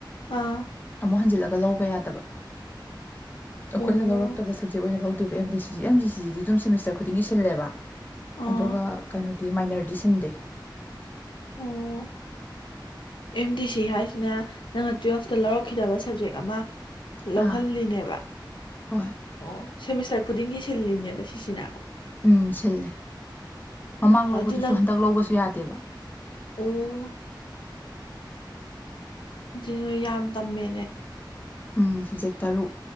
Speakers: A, on the left; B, on the left.
A: ꯑ
B: ꯑꯃꯨꯛ ꯍꯟꯖꯤꯜꯂꯒ ꯂꯧꯕ ꯌꯥꯗꯕ
A: ꯑꯣ
B: ꯑꯈꯣꯏꯅ ꯂꯧꯔꯛꯇꯕ ꯁꯕꯖꯦꯛ ꯑꯣꯏꯅ ꯂꯧ ꯑꯦꯝ ꯗꯤ ꯁꯤ ꯑꯦꯝ ꯗꯤ ꯁꯤꯗꯤ ꯗꯨꯝ ꯁꯤꯃꯤꯁꯇꯔ ꯈꯨꯗꯤꯡꯒꯤ ꯁꯤꯜꯂꯦꯕꯥ
A: ꯑꯥ
B: ꯑꯗꯨꯒ ꯀꯩꯅꯣꯗꯤ ꯃꯥꯏꯅꯔꯗꯤ ꯁꯤꯟꯗꯦ
A: ꯑꯣ ꯑꯦꯝ ꯗꯤ ꯁꯤ ꯍꯥꯏꯖꯤꯅ ꯅꯪꯅ ꯇꯨꯋꯦꯜꯐꯇ ꯂꯧꯔꯛꯈꯤꯗꯕ ꯁꯕꯖꯦꯛ ꯑꯃ ꯂꯧꯍꯜꯂꯤꯅꯦꯕꯥ
B: ꯑꯥ ꯍꯣꯏ
A: ꯑꯣ ꯁꯤꯃꯤꯁꯇꯔ ꯈꯨꯗꯤꯡꯒꯤ ꯁꯤꯜꯂꯤꯅꯦꯕꯥ ꯁꯤꯁꯤꯅ <inaudible>
B: ꯎꯝ ꯁꯤꯜꯂꯦ ꯃꯃꯥꯡ
A: ꯑ‌ꯣ
B: ꯂꯧꯕꯗꯨꯁꯨ
A: ꯑꯗꯨ ꯅ
B: ꯍꯟꯗꯛ ꯂꯧꯕꯁꯨ ꯌꯥꯗꯦꯕ
A: ꯑꯣ <unintelligible> ꯌꯥꯝ ꯇꯝꯃꯦꯅꯦ
B: ꯎꯝ ꯁꯞꯖꯦꯛ ꯇꯔꯨꯛ